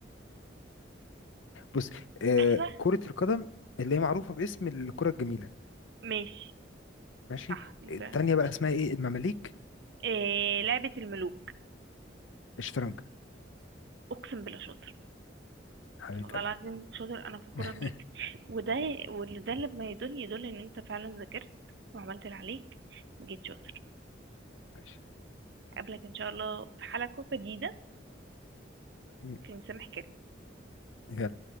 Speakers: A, on the left (about 85°); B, on the right (about 60°).
A: بص آه،
B: ايوه
A: كرة القدم اللي هي معروفة باسم الكرة الجميلة
B: ماشي
A: ماشي
B: صح انت
A: التانية
B: ماشي
A: بقى اسمها ايه المماليك
B: إيه لعبة الملوك
A: الشطرنج
B: اقسم بالله شاطر
A: حبيبة
B: والله
A: قلبي
B: العظيم شاطر انا فخورة
A: <laughs>
B: بيك وده واللي ده اللي ما يدل يدل ان انت فعلا ذاكرت وعملت اللي عليك وجيت شاطر
A: ماشي
B: اقابلك ان شاء الله في حلقة جديدة
A: م.
B: في المسامح كامل.
A: يلا.